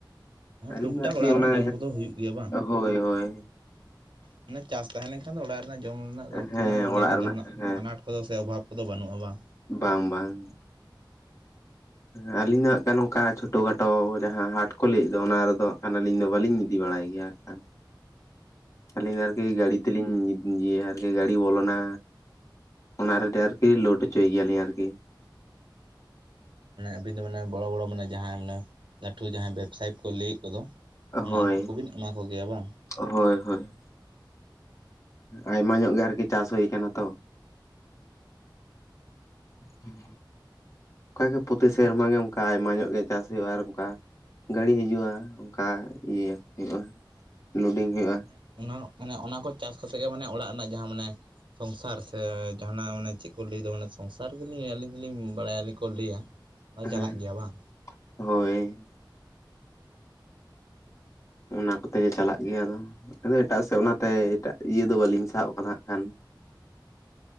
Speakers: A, on the left (about 40°); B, on the right (about 80°).
A: ᱟᱹᱞᱤᱧ
B: ᱴᱩᱠ ᱴᱟᱠ
A: ᱟᱨᱠᱤ
B: ᱚᱲᱟᱜ
A: ᱚᱱᱟ
B: ᱨᱮᱦᱚᱸ ᱡᱚᱢ ᱠᱚᱫᱚ ᱦᱩᱭᱩᱜ ᱜᱮᱭᱟ ᱵᱟᱝ
A: ᱦᱳᱭ ᱦᱳᱭ᱾
B: ᱢᱟᱱᱮ ᱪᱟᱥ ᱛᱟᱦᱮᱞᱮᱱᱠᱷᱟᱱ ᱫᱚ ᱚᱲᱟᱜ ᱨᱮᱱᱟᱜ ᱡᱚᱢ ᱨᱮᱱᱟᱜ ᱫᱚ ᱩᱛᱩᱱᱟᱹ
A: ᱦᱮᱸ
B: ᱫᱚ ᱢᱟᱱᱮ
A: ᱚᱲᱟᱜ ᱨᱮᱱᱟᱜ
B: ᱡᱟᱦᱟᱱᱟᱜ
A: ᱦᱮᱸ
B: ᱟᱱᱟᱴ ᱠᱚᱫᱚ ᱥᱮ ᱚᱵᱷᱟᱵᱽ ᱠᱚᱫᱚ ᱵᱟᱹᱱᱩᱜᱼᱟ ᱵᱟᱝ?
A: ᱵᱟᱝ ᱵᱟᱝ᱾ ᱮᱸ ᱟᱹᱞᱤᱧ ᱫᱚ ᱦᱜ ᱱᱚᱚᱱᱠᱟ ᱪᱷᱳᱴᱚ ᱜᱷᱟᱴᱚ ᱡᱟᱦᱟᱸ ᱦᱟᱴ ᱠᱚ ᱞᱟᱹᱭᱮᱫ ᱫᱚ ᱚᱱᱟ ᱨᱮᱫᱚ ᱟᱹᱞᱤᱧ ᱫᱚ ᱵᱟᱟᱹᱞᱤᱧ ᱤᱫᱤ ᱵᱟᱲᱟᱭ ᱜᱮᱭᱟ ᱦᱟᱜ ᱠᱷᱟᱱ᱾ ᱟᱹᱞᱤᱧ ᱫᱚ ᱟᱨᱠᱤ ᱜᱟᱹᱟᱹᱲᱤ ᱛᱮᱞᱤᱧ ᱭᱟ ᱟᱨᱠᱤ ᱜᱟᱹᱟᱹᱲᱤ ᱵᱚᱞᱚᱱᱟ᱾ ᱚᱱᱟ ᱨᱮ ᱟᱨᱠᱤ ᱞᱳᱰ ᱦᱚᱪᱚᱭ ᱜᱮᱭᱟᱞᱤᱧ ᱟᱨᱠᱤ᱾
B: ᱢᱟᱱᱮ ᱟᱹᱵᱤᱱ ᱫᱚ ᱢᱟᱱᱮ ᱵᱚᱲᱚ ᱵᱚᱲᱚ ᱢᱟᱱᱮ ᱡᱟᱦᱟᱸᱭ ᱢᱟᱱᱮ ᱞᱟᱹᱴᱩ ᱡᱟᱦᱟᱸᱭ ᱵᱮᱵᱽᱥᱟᱭᱤᱤᱠ ᱠᱚ ᱞᱟᱹᱭᱮᱫ ᱠᱚᱫᱚ ᱚᱱᱮ
A: ᱦᱳᱭ
B: ᱩᱱᱠᱩ ᱠᱚᱵᱤᱱ ᱮᱢᱟ ᱠᱚᱜᱮᱭᱟ ᱵᱟᱝ?
A: ᱦᱳᱭ ᱦᱳᱭ᱾ ᱟᱭᱢᱟ ᱧᱚᱜ ᱜᱮ ᱟᱨᱠᱤ ᱪᱟᱥ ᱦᱩᱭ ᱠᱟᱱᱟ ᱛᱚ᱾ ᱦᱩᱸ ᱚᱱᱠᱟᱜᱮ ᱯᱨᱚᱛᱤ ᱥᱮᱨᱢᱟ ᱜᱮ ᱚᱱᱠᱟ ᱟᱭᱢᱟ ᱧᱚᱜ ᱜᱮ ᱪᱟᱥ ᱦᱩᱭᱩᱜᱼᱟ ᱟᱨ ᱚᱱᱠᱟ ᱜᱟᱹᱲᱤ ᱦᱤᱡᱩᱜᱼᱟ ᱚᱱᱠᱟ ᱤᱭᱟᱹ ᱦᱩᱭᱩᱜᱼᱟ ᱞᱳᱰᱤᱝ ᱦᱩᱭᱩᱜᱼᱟ᱾
B: ᱢᱟᱱᱮ ᱚᱱᱟ ᱢᱟᱱᱮ ᱚᱱᱟ ᱠᱚ ᱪᱟᱥ ᱠᱟ ᱠᱟᱛᱮᱫ ᱜᱮ ᱢᱟᱱᱮ ᱚᱲᱟᱜ ᱨᱮᱱᱟᱜ ᱡᱟᱦᱟᱸ ᱢᱟᱱᱮ ᱥᱚᱝᱥᱟᱨ ᱥᱮ ᱡᱟᱦᱟᱱᱟᱜ ᱢᱟᱱᱮ ᱪᱮᱫᱠᱚ ᱞᱟᱹᱭᱮᱫ ᱢᱟᱱᱮ ᱥᱚᱝᱥᱟᱨ ᱜᱮᱞᱤᱧ ᱟᱹᱞᱤᱧ ᱫᱚᱞᱤᱧ ᱵᱟᱲᱟᱭᱟ ᱟᱞᱤᱧᱠᱚ ᱞᱟᱹᱭᱟ᱾ ᱚᱱᱟ ᱪᱟᱞᱟᱜ
A: ᱦᱮᱸ
B: ᱜᱮᱭᱟ ᱵᱟᱝ?
A: ᱦᱳᱭ᱾ ᱚᱱᱟ ᱠᱚᱛᱮᱜ ᱜᱮ ᱪᱟᱞᱟᱜ ᱜᱮᱭᱟ ᱟᱫᱚ ᱟᱫᱚ ᱮᱴᱟᱜ ᱥᱮᱫ ᱚᱱᱟᱛᱮ ᱮᱴᱟᱜ ᱤᱭᱟᱹ ᱫᱚ ᱵᱟᱹᱞᱤᱧ ᱥᱟᱵ ᱠᱟᱫᱟ ᱦᱜ ᱠᱷᱟᱱ᱾